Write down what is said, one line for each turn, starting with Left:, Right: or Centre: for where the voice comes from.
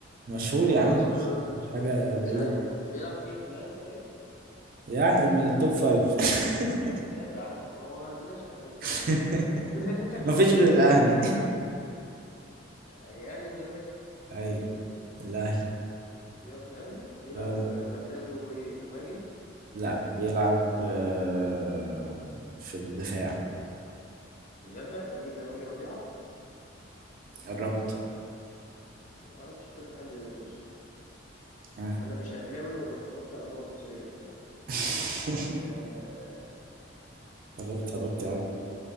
Right: مشهور
Left: طب
Right: يا
Left: خلاص
Right: عم مش
Left: ب-
Right: مش حاجة
Left: مش
Right: بعيد
Left: عارف بيلعب فين في الاهلي طيب
Right: يعني من التوب فايف <laughs>
Left: مش مش متابع انا ما هو ما عندناش احنا توب
Right: <laughs>
Left: فايف بس <laughs>
Right: مفيش غير الاهلي
Left: يعني اهلي وزمالك
Right: اي الاهلي
Left: بيلعب في الاهلي بيلعب
Right: اه
Left: مركزه ايه مهاجم
Right: لا بيلعب آه، في الدفاع
Left: مدافع ده مين ده رامي ربيعه
Right: قربت
Left: ما اعرفش فاكر حد غيره اصلا
Right: آه.
Left: انا مش اهلاوي وما بتفرجش على كوره مصريه كمان
Right: <laughs>
Left: آه
Right: قربت
Left: آه،
Right: قربت
Left: مش فاكر
Right: قوي